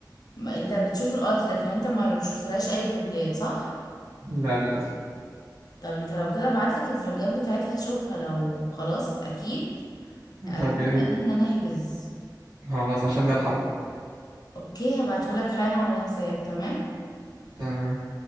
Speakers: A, on the left; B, on the right.
A: ما انت بتشوف القط لكن انت ما شفتلهاش اي فلوجات صح؟
B: لا للأسف
A: طب انت لو كده بعتلك الفلوجات بتاعتها تشوفها لو خلاص اكيد آه،
B: طيب يا
A: نبدأ
B: ريت
A: ان احنا نحجز
B: خلاص عشان نلحق برضه
A: اوكي هبعتهولك حالا على الواتساب تمام
B: تمام